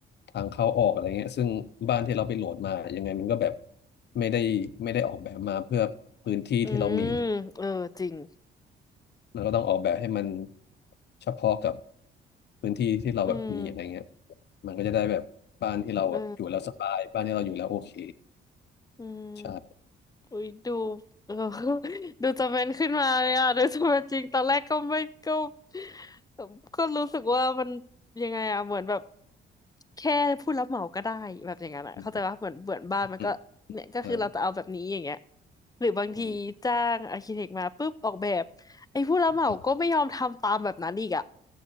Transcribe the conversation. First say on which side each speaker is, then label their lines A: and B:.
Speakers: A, on the left; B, on the left.
A: ทางเข้าออกอะไรเงี้ยซึ่งบ้านที่เราไปโหลดมายังไงมันก็แบบไม่ได้ไม่ได้ออกแบบมาเพื่อพื้นที่ที่เรามีอยู่
B: อืมเออจริง
A: แล้วมันก็ต้องออกแบบให้มันเฉพาะกับพื้นที่ที่เราแบบมีอะไรเงี้ย
B: อืม
A: มันก็จะได้แบบบ้านที่เราแบบอยู่แล้วสบายบ้านที่เราอยู่แล้วโอเค
B: เอออืม
A: ใช่
B: อุ้ยดูเออ <laughs> ดูจะเป็นขึ้นมาเลยอ่ะดูจะเป็นจริงตอนแรกก็ไม่ก็เอ่อก็รู้สึกว่ามันยังไงอ่ะเหมือนแบบแค่ผู้รับเหมาก็ได้แบบอย่างนั้นอ่ะเข้าใจว่าเหมือนเหมือนบ้านมันก็เนี่ยก็คือเราจะเอาแบบนี้อย่างเงี้ย
A: อืมอืมใช่
B: หรือบางทีจ้างอาร์คิเทคมาปุ๊บออกแบบไอ้ผู้รับเหมาก็ไม่ยอมทำตามแบบนั้นอีกอ่ะ
A: อืมอ่า